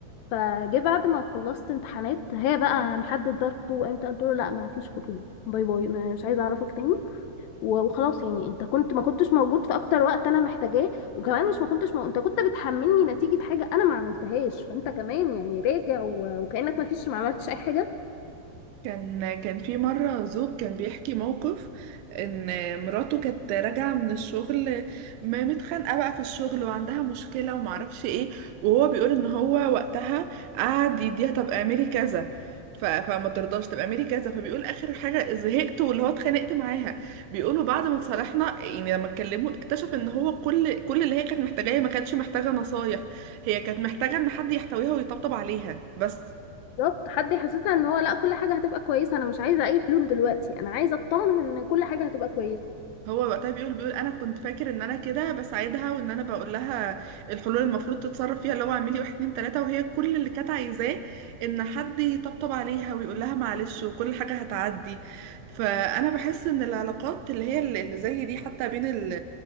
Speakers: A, on the left (about 75°); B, on the right (about 80°).
A: فجه بعد ما خلصت امتحانات هي بقى محدد ده الخطوبة امتى قلت له لا ما فيش خطوبة باي باي ما- مش عايزة اعرفك تاني و- وخلاص يعني انت كنت ما كنتش موجود في اكتر وقت انا محتاجاه وكمان مش ما كنتش مو... انت كنت بتحملني نتيجة حاجة انا ما عملتهاش فانت كمان يعني راجع و... وكأنك ما فيش ما عملتش اي حاجة
B: كان كان في مرة زوج كان بيحكي موقف ان مراته كانت راجعة من الشغل ما متخانقة بقى في الشغل وعندها مشكلة ومعرفش ايه وهو بيقول ان هو وقتها قعد يديها طب اعملي كذا ف... فما ترضاش طب اعملي كذا فبيقول اخر حاجة زهقت واللي هو اتخانقت معاها بيقولوا بعد ما اتصالحنا يعني لما اتكلموا اكتشف ان هو كل كل اللي هي كانت محتاجاه هي ما كانتش محتاجة نصايح هي كانت محتاجة ان حد يحتويها ويطبطب عليها بس
A: بالظبط حد يحسسها ان هو لا كل حاجة هتبقى كويسة انا مش عايزة اي حلول دلوقتي انا عايزة اطمن ان كل حاجة هتبقى كويسة
B: هو وقتها بيقول بيقول انا كنت فاكر ان انا كده بساعدها وان انا بقول لها الحلول المفروض تتصرف فيها اللي هو اعملي واحد اتنين تلاته وهي كل اللي كانت عايزاه ان حد يطبطب عليها ويقول لها معلش وكل حاجه هتعدي فانا بحس ان العلاقات اللي هي اللي اللي زي دي حتى بين ال